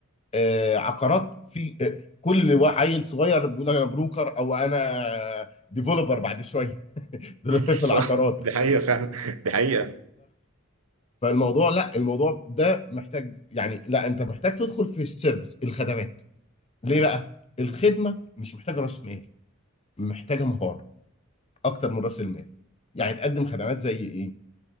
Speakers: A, on the left (about 30°); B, on the right (about 80°).
A: آه، عقارات في آه، كل وا- عيل صغير بيقول انا بروكر او انا ديفلوبر بعد شويه <laughs> دلوقتي
B: مم. صح
A: في العقارات
B: <laughs> دي حقيقة فعلا دي حقيقة
A: فالموضوع لا الموضوع ده محتاج يعني لا انت محتاج تدخل في السيرفيس الخدمات ليه
B: مم.
A: بقى؟ الخدمه مش محتاجه راس مال محتاجه مهاره اكتر من راس المال يعني تقدم خدمات زي ايه؟